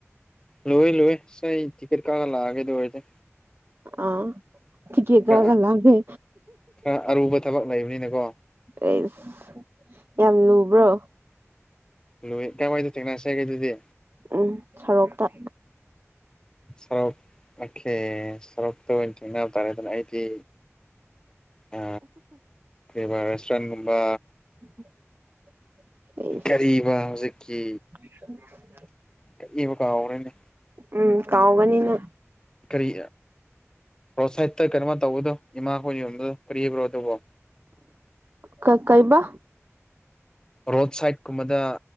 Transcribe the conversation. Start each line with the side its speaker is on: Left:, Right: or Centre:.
Left: ꯂꯣꯏ ꯂꯣꯏꯑꯦ ꯑꯁ ꯑꯩ ꯇꯤꯛꯀꯦꯠ ꯀꯛꯑꯒ ꯂꯥꯛꯑꯒꯦ ꯑꯗꯨ ꯑꯣꯏꯔꯗꯦ
Right: ꯑꯥ <unintelligible> ꯇꯤꯀꯦꯠ
Left: ꯈꯔ
Right: ꯀꯛꯑꯒ
Left: ꯑ
Right: ꯂꯥꯛꯑꯦ
Left: ꯈꯔ ꯑꯔꯨꯕ ꯊꯕꯛ ꯂꯩꯕꯅꯤꯅꯀꯣ
Right: ꯑꯦꯁ ꯌꯥꯝ ꯂꯨꯕ꯭ꯔꯣ
Left: ꯂꯨ ꯀꯥꯏꯋꯥꯏꯗꯣ ꯊꯦꯡꯅꯁꯦꯒꯦ ꯑꯗꯨꯗꯤ
Right: ꯎꯝ ꯁꯣꯔꯣꯛꯇ
Left: ꯁꯔꯣꯛ ꯑꯣꯈꯦ ꯁꯔꯣꯛꯇ ꯑꯣꯏꯅ ꯊꯦꯡꯅ ꯇꯥꯔꯦꯗꯅ ꯑꯩꯗꯤ ꯑ ꯀꯩꯕꯥ ꯔꯦꯁꯇꯨꯔꯦꯟꯒꯨꯝꯕ
Right: <unintelligible>
Left: ꯀꯔꯤꯕ ꯍꯧꯖꯤꯛꯀꯤ
Right: <unintelligible>
Left: ꯈꯠꯅꯤꯕ ꯀꯥꯎꯒ꯭ꯔꯦꯅꯦ
Right: ꯎꯝ ꯀꯥꯎꯒꯅꯤꯅ
Left: ꯀꯔꯤ ꯔꯣꯗ ꯁꯥꯏꯠꯇ ꯀꯩꯅꯣꯃ ꯇꯧꯕꯗꯣ ꯏꯃꯥꯈꯣꯏꯅꯥ ꯌꯣꯟꯕꯗꯣ ꯀꯔꯤꯕ꯭ꯔꯣ ꯑꯗꯨꯕꯨ
Right: ꯀꯥ ꯀ ꯀꯩꯕ
Left: ꯔꯣꯗ ꯁꯥꯏꯠ ꯀꯨꯝꯕꯗ